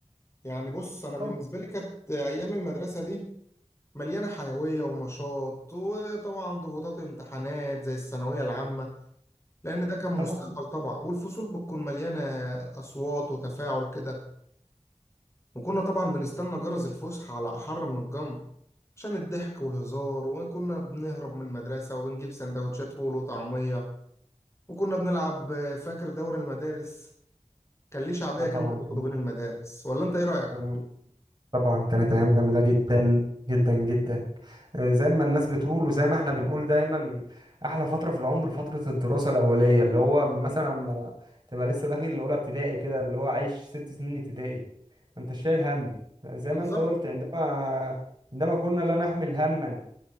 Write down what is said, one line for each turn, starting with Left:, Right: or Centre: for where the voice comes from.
Left: يعني بص انا بالنسبه
Right: اه
Left: لي كانت ايام المدرسه دي مليانه حيويه ونشاط وطبعا ضغوطات امتحانات زي الثانويه العامه لان ده كان مستقبل
Right: طبعا
Left: طبعا والفصول بتكون مليانه اصوات وتفاعل كده وكنا طبعا بنستنى جرس الفسحه على احر من الجمر عشان الضحك والهزار وكنا بنهرب من المدرسه وبنجيب سندوتشات فول وطعميه وكنا بنلعب فاكر دوري المدارس كان ليه شعبيه
Right: اه طبعا
Left: جامده
Right: كانت
Left: برضه بين المدارس ولا انت ايه رايك
Right: آه طبعا كانت ايام جميله جدا جدا جدا آه، زي ما الناس بتقول وزي ما احنا بنقول دايما احلى فتره في العمر فتره الدراسه الاوليه اللي هو مثلا لما تبقى لسه داخل الاولى ابتدائي كده اللي هو عايش ست سنين ابتدائي ما انت شايل هم زي
Left: بالظبط
Right: ما انت قلت عندما عندما كنا لا نحمل هما